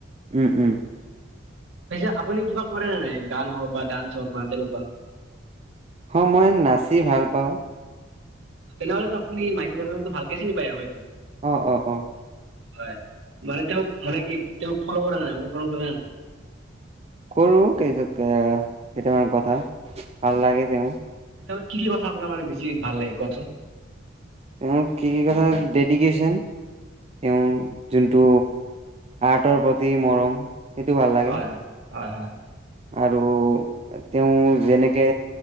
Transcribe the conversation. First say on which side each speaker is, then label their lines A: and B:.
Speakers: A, on the right; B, on the right.
A: উম, উম।
B: পিছে আপুনি কিবা কৰেনে নাই? গান হওক বা ডান্স হওক বা তেনেকুৱা?
A: হ মই নাচি ভাল পাওঁ
B: তেনেহলেতো আপনি মাইকেল জেকছনক্ তো ভালকে চিনি পায় হয়তো।
A: অ অ অ
B: হয় মানে তেওঁক মানে কি তেওঁক ফ'ল কৰা নাই অনুসৰণ কৰে নে নাই
A: কৰো কেইযা এ কেইটামান কথা ভাল লাগে তেওঁ
B: তেওঁৰ কি কি কথা আপোনাৰ মানে বেছি ভাল লাগে কওকচোন?
A: তেওঁ কি কি কথা ডেডিকেচন তেওঁ যোনটো আৰ্টৰ প্ৰতি মৰম সেইটো ভাল লাগে
B: হয় হয় হয় হয়
A: আৰু তেওঁ যেনেকে